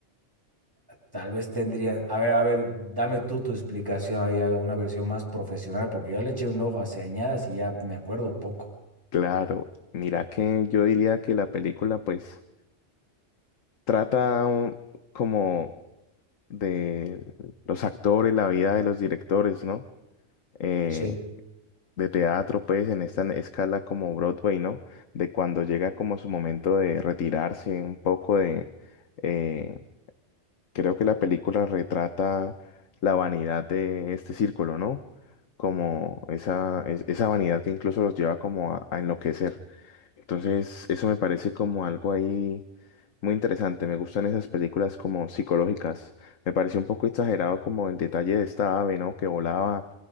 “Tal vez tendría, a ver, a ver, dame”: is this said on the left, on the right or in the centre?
Right